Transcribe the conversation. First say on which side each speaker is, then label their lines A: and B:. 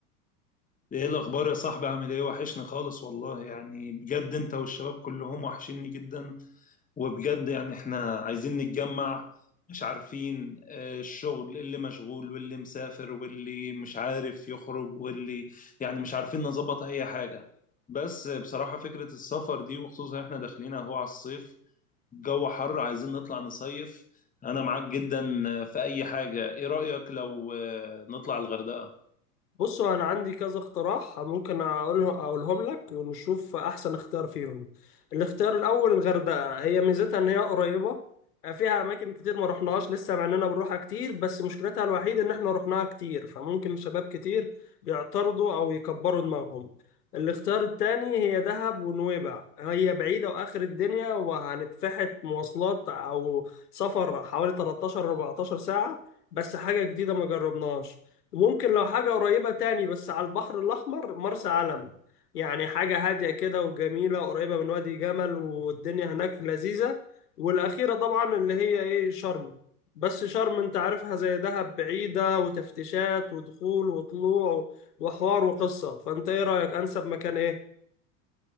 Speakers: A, on the left; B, on the left.
A: ايه الاخبار يا صاحبي عامل ايه وحشني خالص والله يعني بجد انت والشباب كلهم وحشني جدا وبجد يعني احنا عايزين نتجمع مش عارفين آه، الشغل اللي مشغول واللي مسافر واللي مش عارف يخرج واللي يعني مش عارفين نظبط اي حاجة بس بصراحة فكرة السفر دي وخصوصا احنا داخلين اهو على الصيف الجو حر عايزين نطلع نصيف انا معاك جدا في اي حاجة ايه رأيك لو آه، نطلع الغردقة
B: بصوا انا عندي كذا اقتراح ممكن اقوله اقولهم لك ونشوف احسن اختيار فيهم الاختيار الاول الغردقه هي ميزتها ان هي قريبه فيها اماكن كتير ما رحناهاش لسه مع اننا بنروحها كتير بس مشكلتها الوحيده ان احنا رحناها كتير فممكن شباب كتير يعترضوا او يكبروا دماغهم الاختيار التاني هي دهب ونويبع هي بعيدة وآخر الدنيا وهنتفحت مواصلات أو سفر حوالي 13 14 ساعة بس حاجة جديدة ما جربناهاش ممكن لو حاجة قريبة تاني بس على البحر الأحمر مرسى علم يعني حاجة هادية كده وجميلة قريبة من وادي جمل والدنيا هناك لذيذة والأخيرة طبعا اللي هي إيه شرم بس شرم أنت عارفها زي دهب بعيدة وتفتيشات ودخول وطلوع وحوار وقصة فأنت إيه رأيك أنسب مكان إيه؟